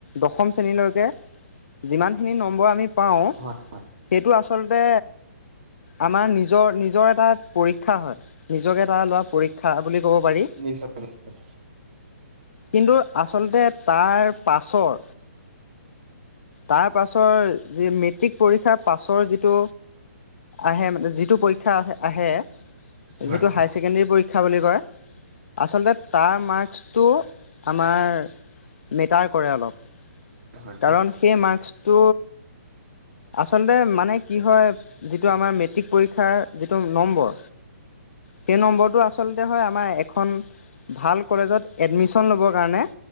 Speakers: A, on the left; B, on the right.
A: দশম শ্ৰেণীলৈকে যিমান খিনি নম্বৰ আমি পাওঁ,
B: হয়
A: এইটো আচলতে আমাৰ নিজৰ-নিজৰ এটা পৰীক্ষা হয়, নিজকে এটা লোৱা পৰীক্ষা বুলি
B: <unintelligible>
A: ক'ব পাৰি
B: নিশ্চয়-নিশ্চয়,
A: কিন্তু আচলতে তাৰ পাছৰ, তাৰ পাছৰ যি মেট্ৰিক পৰীক্ষাৰ পাছৰ যিটো আহে, মানে যিটো পৰীক্ষা আহে,
B: হয়
A: যিটো হায়াৰ ছেকেণ্ডেৰী পৰীক্ষা বুলি কয় আচলতে তাৰ মাৰ্কচটো আমাৰ মেটাৰ কৰে অলপ।
B: হয় হয়
A: কাৰণ সেই মাৰ্কচ আচলতে মানে কি হয়, যিটো আমাৰ মেট্ৰিক পৰীক্ষাৰ যিটো নম্বৰ, সেই নম্বৰটো আচলতে হয় আমাৰ এখন ভাল কলেজত এডমিশন ল'বৰ কাৰণে